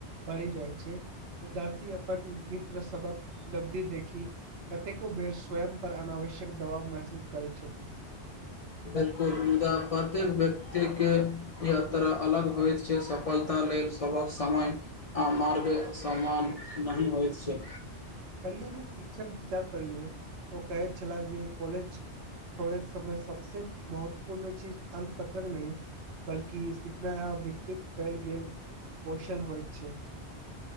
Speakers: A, on the right; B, on the left.
A: बढ़ि जाइत छै विद्यार्थी अपन मित्र सभक उपलब्धि देखी कतेको बेर स्वयं पर अनावश्यक दबाव महसूस करैत छथि
B: बिलकुल मुदा प्रत्येक व्यक्तिके यात्रा अलग होइत छै सफलता लेल सभक समय आ मार्ग समान नहि होइत छै
A: कहलियै नै शिक्षक विचार कऽ लियौ ओ कहैत छलाह जे कॉलेज छोड़ैत समय सबसँ महत्वपूर्ण चीज अंक-पत्र नहि बल्कि सिखलाहा आ विकसित कयल गेल कौशल होइत छै